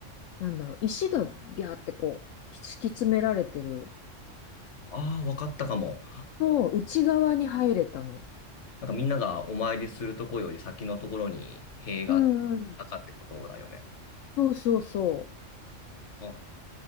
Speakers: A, on the left; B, on the left.
A: なんだろう、石がビャーってこう、敷き詰められてる
B: ああ、わかったかも。
A: の内側に入れたの。
B: なんかみんながお参りするとこより先のところに塀があってなかってことだよね。
A: うんうんそうそうそ
B: あ、